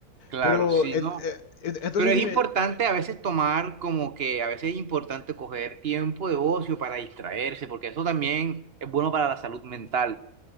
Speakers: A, on the right; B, on the left.
A: Claro,
B: Pero,
A: sí,
B: en-
A: ¿no?
B: eh, en- entonces
A: Pero es
B: dime,
A: importante a veces tomar como que a veces es importante coger tiempo de ocio para distraerse, porque eso también es bueno para la salud mental.